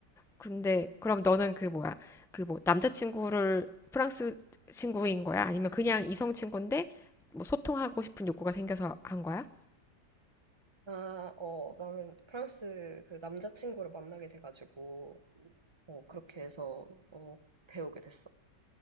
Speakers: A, in the centre; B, on the right.
A: 근데 그럼 너는 그 뭐야? 그 뭐 남자친구를 프랑스 친구인 거야? 아니면 그냥 이성 친구인데 뭐 소통하고 싶은 욕구가 생겨서 한 거야?
B: 아, 어, 나는 프랑스 그 남자친구를 만나게 돼가지고, 어, 그렇게 해서 어, 배우게 됐어.